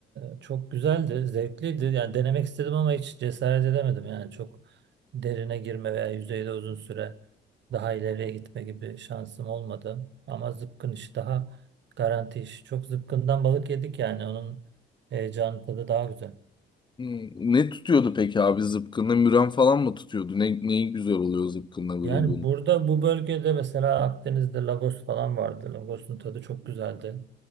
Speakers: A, on the right; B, on the left.
A: Ee, çok güzeldi, zevkliydi. Yani denemek istedim ama hiç cesaret edemedim. Yani çok derine girme veya yüzeyde uzun süre daha ileriye gitme gibi şansım olmadı. Ama zıpkın işi daha garanti iş. Çok zıpkından balık yedik yani onun heyecanı tadı daha güzel.
B: Hı. Ne tutuyordu peki abi zıpkınla? Müren falan mı tutuyordu? Ne, neyi güzel oluyor zıpkınla vurulduğunu?
A: Yani burada bu bölgede mesela Akdeniz'de Lagos falan vardı. Lagos'un tadı çok güzeldi.